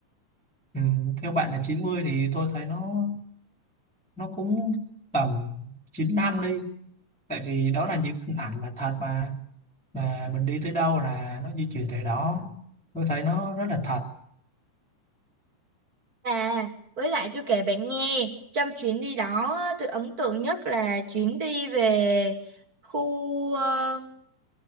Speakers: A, in the centre; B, on the right.
A: ừ, theo bạn là 90 thì tôi thấy nó nó cũng tầm 9 năm đi tại vì đó là những hình ảnh mà thật mà mà mình đi tới đâu là nó di chuyển tới đó tôi thấy nó rất là thật
B: à với lại tôi kể bạn nghe trong chuyến đi đó tôi ấn tượng nhất là chuyến đi về khu ờ,